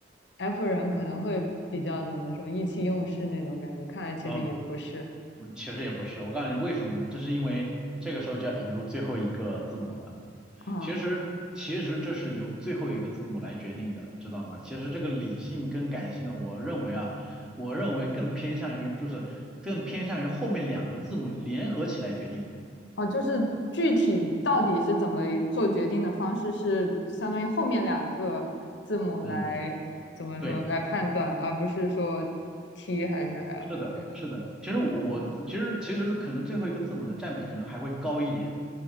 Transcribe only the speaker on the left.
F 人可能会比较怎么说意气用事那种感觉，看来其实也不是。
嗯
哦，就是具体到底是怎么做决定的方式，是相当于后面两个字母来怎么说来判断，
而不是说 T 还是 F
这样。
哦，